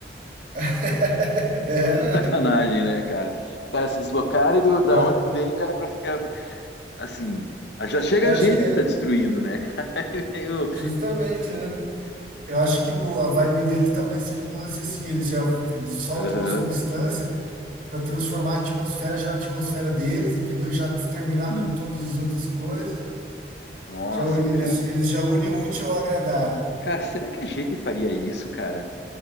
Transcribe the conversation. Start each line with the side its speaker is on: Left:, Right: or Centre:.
Right: <laughs> É,
Left: <laughs> Sacanagem, né, cara? Cara, se deslocarem do, da
Right: eu
Left: onde vem, cara, pra ficar assim. ah, Já chega
Right: eu
Left: a
Right: acho
Left: gente
Right: que é
Left: que tá destruindo, né, cara? <laughs> Aí vem o-
Right: justamente, né? Eu acho que o, a vibe deles talvez seja um lance assim, eles já eles soltam
Left: Aham,
Right: uma substância para transformar a atmosfera já na atmosfera deles, entendeu? Já exterminar
Left: sim.
Right: com todas as outras coisas.
Left: Nossa,
Right: Já u- eles,
Left: cara.
Right: eles já unem o útil ao agradável.
Left: Cara, será que a gente faria isso, cara?